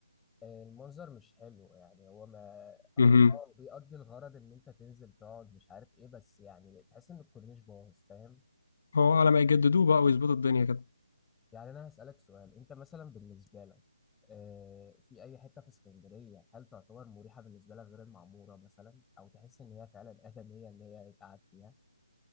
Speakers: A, in the centre; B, on the left (about 45°).
A: المنظر مش حلو يعني هو ما هو
B: اها
A: اه بيقضي الغرض ان انت تنزل تقعد مش عارف ايه بس يعني تحس ان الكورنيش باظ فاهم
B: هو على ما يجددوه بقى ويظبطوا الدنيا كده
A: يعني انا هسألك سؤال انت مثلا بالنسبة لك آه، في اي حتة في اسكندرية هل تعتبر مريحة بالنسبة لك غير المعمورة مثلا او تحس ان هي فعلا آدمية ان هي يتقعد فيها